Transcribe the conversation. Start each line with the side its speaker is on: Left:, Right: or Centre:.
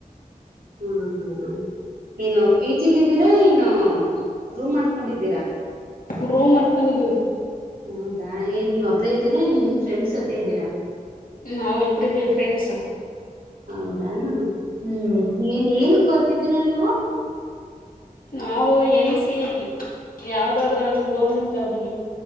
Right: ಹ್ಮ್ ಹ್ಮ್ ಏನು ಪಿ ಜಿಲ್ ಇದ್ದೀರಾ ಏನು ರೂಮ್ ಮಾಡ್ಕೊಂಡಿದ್ದೀರಾ
Left: ರೋಮ್ ಮಾಡ್ಕೊಂಡಿದ್ದೀವಿ
Right: ಹೌದಾ ಏನ್ ನೀವ್ ಒಬ್ರೇ ಇದ್ದೀರಾ ನಿಮ್ ಫ್ರೆಂಡ್ಸ್ ಜೊತೆ ಇದ್ದೀರಾ
Left: ನಾವ ಇಬ್ರಿದೀವಿ ಫ್ರೆಂಡ್ಸ್
Right: ಹೌದಾ ಹ್ಮ್ ಏನ್ ಏನು ಕತಿದ್ದೀರಾ ನೀವು
Left: ನಾವು ಎನ ಸಿ ಇ ಟಿ ಯಾವ್ದಾದ್ರ ಗೌರ್ಮೆಂಟ್ ಜಾಬಿಗೆ